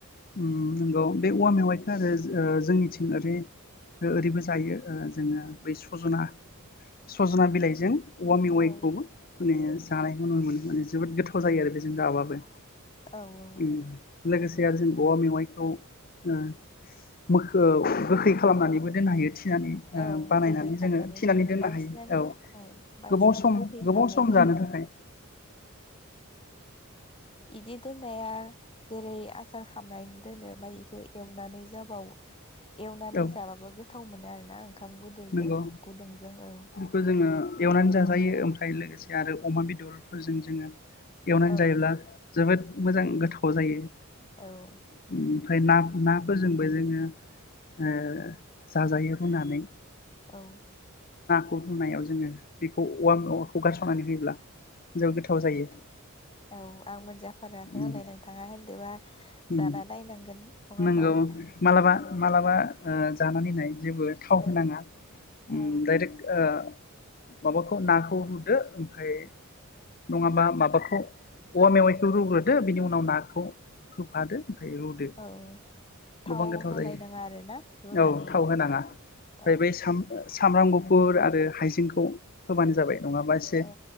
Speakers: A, on the left; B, on the left.
A: उम नंगौ बे औवा मेवाइखौ आरो ओ जोंनिथिं ओरै ओरैबो जायो जोङो बै सजना सजना बिलाइजों औवा मेवाइखौबो
B: औ
A: ओरैनो जानाय नुनो मोनो माने जोबोद गोथाव जायो आरो बेजों जाबाबो
B: औ औ।
A: उम लोगोसे आरो औवा मेवाइखौ ओ मोखो गोखै खालामनानैबो दोननो हायो थिनानै ओ
B: औ
A: बानायनानै
B: गोखै खालामनानै
A: जोङो थिनानै दोननो
B: बांसिनानो
A: हायो औ
B: बांसिनानो
A: गोबाव सम
B: गोखै
A: गोबाव
B: खालामनाय
A: सम
B: जायो
A: जानो थाखाय।
B: औ बिदि दोननाया जेरै आसार खामनानै दोनो ओमफाय इखौ एवनानै जाबावो एवनानै
A: औ
B: जालाबो गोथो गोथाव मोनो आरोना आं। ओंखाम गुदोजों
A: नंगौ
B: गुदुंजों औ
A: बेखौ जोङो एवनानै जाजायो ओमफ्राय लोगोसे आरो अमा बेदरफोरजों जोङो एवनानै
B: औ
A: जायोब्ला जोबोद मोजां गोथाव जायो।
B: औ
A: उम ओमफाय ना-नाफोरजोंबो जोङो ओ जाजायो रुनानै।
B: औ
A: खौ रुनायाव जोङो बेखौ औवा मेवाखौ गारसननानै होयोब्ला जोबोद गोथाव जायो।
B: औ आं मोनजाफाराखै
A: उम
B: हले नोंथाङा होनदोबा जाना
A: उम
B: नायनांगोन नङा
A: नंगौ
B: होमबा
A: मालाबा
B: औ।
A: मालाबा ओ जानानै नाय जेबो थाव
B: औ
A: होनाङा उम
B: औ
A: दायरेक ओ माबाखौ नाखौ रुदो ओमफ्राय नङाबा माबाखौ औवा मेवाइखौ रुग्रोदो बेनि उनाव नाखौ होफादो। ओमफ्राय रुदो
B: औ
A: गोबां
B: थाव
A: गोथाव
B: होलायनाङा
A: जायो
B: आरो ना रुनानै
A: औ थाव होनाङा ओमफ्राय
B: औ
A: बै साम साम सामब्राम गुफुर आरो हाइजेंखौ होबानो जाबाय। नङाबा इसे
B: औ